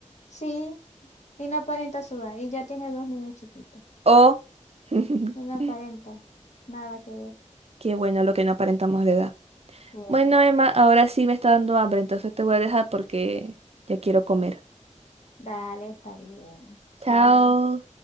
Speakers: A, on the left (about 60°); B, on the right (about 55°).
A: Sí, y no aparenta sudar. Y ya tiene dos niños chiquitos.
B: Oh. <laughs>
A: Y no aparenta. Nada que ver.
B: Qué bueno lo que no aparentamos la edad.
A: Bueno,
B: Bueno, Emma, ahora sí me está dando hambre, entonces te voy a dejar porque ya quiero comer.
A: dale, está bien. Chao.
B: Chao.